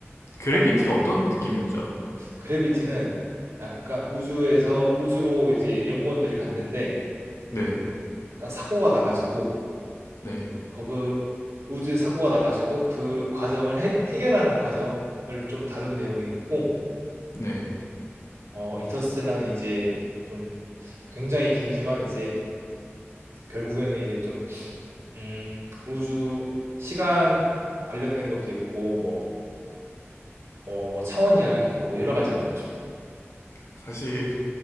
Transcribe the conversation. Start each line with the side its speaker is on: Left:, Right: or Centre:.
Left: 그래비티가
Right: 약-
Left: 어떤 느낌이었죠?
Right: 그래비티는 약간 우주에서 우주로 이제 연구원들이 갔는데
Left: 네,
Right: 약간 사고가 나가지고
Left: 네,
Right: 거기 우주에 사고가 나가지고 그 과정을 해, 해결하는 과정을 좀 다룬 내용이고
Left: 네.
Right: 어 인터스텔라는 이제 좀 굉장히 길지만 이제 결국에는 이제 좀 음, 우주 시간 관련된 것도 있고 뭐 어, 뭐 차원 이야기도 있고 여러 가지가 많죠.
Left: 사실